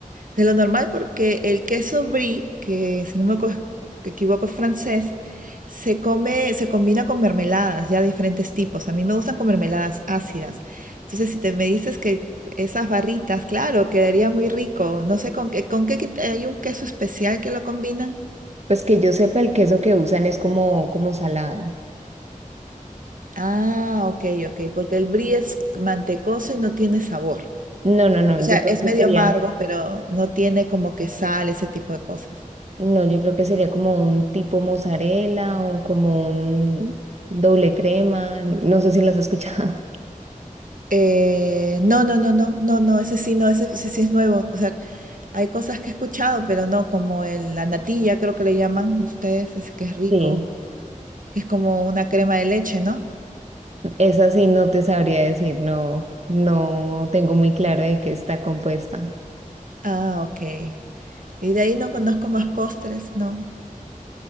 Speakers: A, on the right; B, on the right.
A: De lo normal, porque el queso brie, que si no me eco- equivoco es francés, se come, se combina con mermeladas, ya de diferentes tipos. A mí me gustan con mermeladas ácidas. Entonces, si te me dices que esas barritas, claro, quedaría muy rico. No sé con qué, con qué quit- hay un queso especial que lo combinan.
B: Pues que yo sepa, el queso que usan es como, como salado.
A: Ah, ok, ok, porque el brie es mantecoso y no tiene sabor.
B: No, no, no,
A: O sea,
B: yo
A: es
B: creo que
A: medio
B: sería,
A: amargo, pero no tiene como que sal, ese tipo de cosas.
B: no, yo creo que sería como un tipo mozzarella o como un doble crema, no sé si las has escuchado. <laughs>
A: Eh, no, no, no, no, no, no, ese sí, no, ese, ese sí es nuevo. O sea, hay cosas que he escuchado, pero no, como el- la natilla, creo que le llaman ustedes, ese que es rico,
B: Sí,
A: que es como una crema de leche, ¿no?
B: esa sí no te sabría decir, no, no tengo muy claro de qué está compuesta.
A: Ah, ok. Y de ahí no conozco más postres, no.